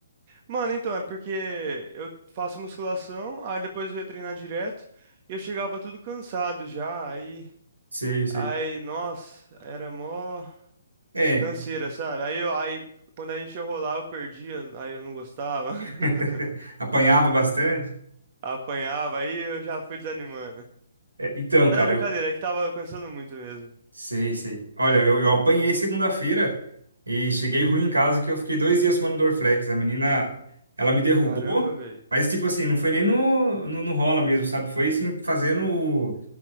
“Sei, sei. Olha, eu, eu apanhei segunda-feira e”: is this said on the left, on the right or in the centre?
Right